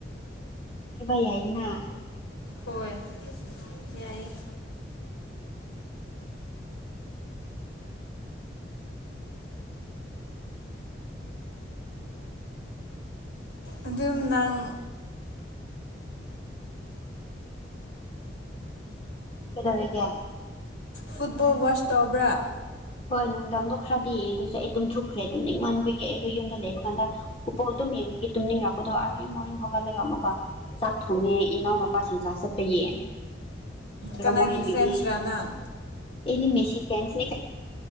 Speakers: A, on the left; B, on the left.
A: ꯑꯦꯕꯏꯏꯅ
B: ꯍꯣꯏ ꯌꯥꯏꯑꯌꯦ ꯅꯪ ꯑꯗꯨꯝꯅꯪ
A: ꯀꯩꯗꯧꯔꯒꯦ
B: ꯐꯨꯠꯕꯣꯜ ꯋꯥꯆ ꯇꯧꯕ꯭ꯔꯥ
A: ꯍꯣꯏ ꯅꯨꯡꯗꯥꯡꯗꯣ ꯈꯔꯗꯤ ꯌꯦꯡꯉꯦ ꯑꯗꯨꯁꯨ ꯑꯩ ꯇꯨꯝꯊꯨꯈ꯭ꯔꯦ ꯑꯗꯨꯝ ꯅꯤꯡꯛ ꯃꯟꯕꯒꯤ ꯑꯩ ꯑꯗꯨ ꯌꯨꯝꯗ ꯂꯩꯕ ꯀ ꯍꯄꯣꯛ ꯑꯗꯨꯝ ꯌꯦꯡꯕꯤꯒꯤ ꯇꯨꯝꯅꯤꯡꯔꯛꯄꯗꯣ ꯃ ꯐꯒꯠꯂꯒ ꯑꯃꯨꯛꯀ ꯆꯥꯛ ꯊꯣꯡꯉꯦ ꯏꯅꯥꯎꯅꯨꯄꯥꯁꯤꯡ ꯈ ꯆꯠꯄ ꯌꯦ
B: ꯀꯅꯥꯒꯤ
A: ꯃ ꯕꯤꯗꯤ
B: ꯐꯦꯟꯁꯔꯥ ꯅꯪ
A: ꯃꯦꯁꯤ ꯐꯦꯟꯁ